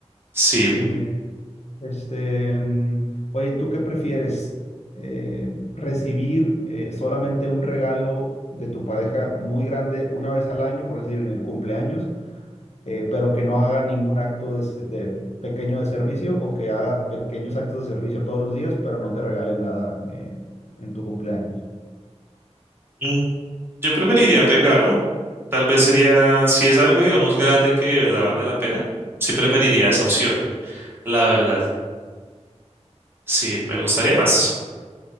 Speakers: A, on the right (about 20°); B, on the left (about 70°).
A: Sí.
B: Muy bien. Este, mm, oye, ¿tú qué prefieres? Eh, ¿recibir eh, solamente un regalo de tu pareja muy grande una vez al año, por decir en el cumpleaños? eh, pero que no haga ningún acto de, se- de pequeño de servicio o que haga pequeños actos de servicio todos los días, pero no te regale nada eh, en tu cumpleaños.
A: Mm, Yo preferiría regalo. Tal vez sería, si es algo, digamos, grande que de verdad valga la pena, sí preferiría esa opción, la verdad. Sí, me gustaría
B: Ok,
A: más.